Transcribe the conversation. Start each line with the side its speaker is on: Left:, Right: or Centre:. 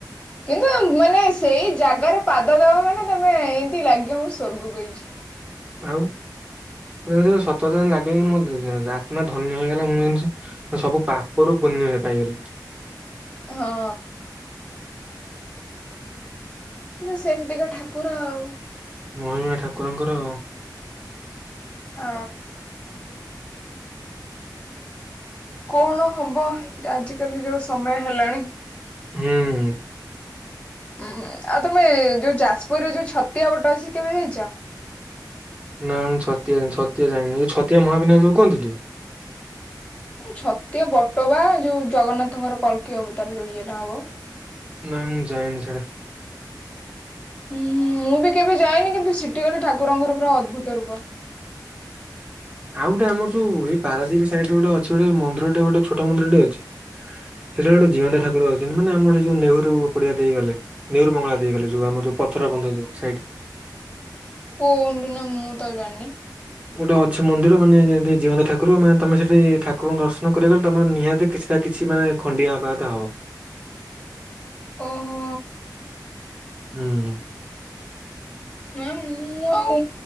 Left: କିନ୍ତୁ ମାନେ ସେଇ ଜାଗାରେ ପାଦ ଦବ ମାନେ ତମେ ଏମତି ଲାଗିବ ସ୍ୱର୍ଗକୁ ଯାଇଛି।
Right: ଆଉ ପୁରା ଯେମିତି ସତସତରେ ଯିନ୍ତି ଲାଗିବ ଯିନ୍ତି ମୋ ଆତ୍ମା ଧନ୍ୟ ହେଇଗଲା ମୁଁ ଯେମିତି। ସବୁ ପାପରୁ ପୂନ୍ୟ ଏ ପାଇଗଲି।
Left: ଏ ହଁ। କିନ୍ତୁ ସେମତିକା ଠାକୁର ଆଉ।
Right: ମହିମା ଠାକୁରଙ୍କର।
Left: ହ। କଣ ହବ ଆଜିକାଲି ଯୋଉ ସମୟ ହେଲାଣି।
Right: ହୁଁ ହୁଁ।
Left: ଉଁ ଆଉ ତୁମେ ଯୋଉ ଯାଜପୁରରେ ଯୋଉ ଛତିଆ ବଟ ଅଛି କେବେ ଯାଇଚ?
Right: ନାଇଁ ମୁଁ ଛତିଆ ଯାଇନି ଛତିଆ ଯାଇନି ମୁଁ ଛତିଆ ମହାବିନାୟକ ଯୋଉ କୁହନ୍ତିନି?
Left: ଛତିଆ ବଟ ବା ଯୋଉ ଜଗନ୍ନାଥଙ୍କର କଲ୍କିଅ ଅବତାର ଯୋଉ ଇଏଟା ହବ।
Right: ନାଇଁ ମୁଁ ଯାଇନି ସେଆଡେ଼।
Left: ଉଁ ମୁଁ ବି କେବେ ଯାଇନି କିନ୍ତୁ ସିଠି ଗଲେ ଠାକୁରଙ୍କର ପୁରା ଅଦ୍ଭୁତ ରୂପ।
Right: ଆଉ ଗୋଟେ ଆମର ଯୋଉ ଏଇ ପାରାଦୀପ ସାଇଟରେ ଗୋଟେ ଅଛି ଗୋଟେ ମନ୍ଦିରଟେ ଗୋଟେ ଛୋଟ ମନ୍ଦିରଟେ ଅଛି। ଏ ସେଇଟେ ଗୋଟେ ଜୀଅନ୍ତା ଠାକୁର ଅଛନ୍ତି ମାନେ ଆମର ସେ ଯୋଉ ନେହେରୁ ପଡିଆ ଦେଇଗଲେ। ନେହେରୁ ମଙ୍ଗଳା ଦେଇଗଲେ ଯୋଉ ଆମ ଯୋଉ ପଥର ବନ୍ଧ ଯୋଉ ସାଇଡ୍।
Left: କୋଉ ଦିନ ମୁଁ ତ ଜାଣିନି।
Right: ଗୋଟେ ଅଛି ମନ୍ଦିର ମାନେ ଯେନ୍ତି ଜୀଅନ୍ତା ଠାକୁର ମାନେ ତମେ ସେଠି ଠାକୁରଙ୍କୁ ଦର୍ଶନ କରିବାକୁା ଗଲେ ତମର ନିହାତି କିଛି। ନା କିଛି ମାନେ ଖଣ୍ଡିଆ ହବାକଥା ହବ।
Left: ଓହୋ
Right: ହୁଁଁ ହୁଁ।
Left: ନା ମୁଁ ଆଉ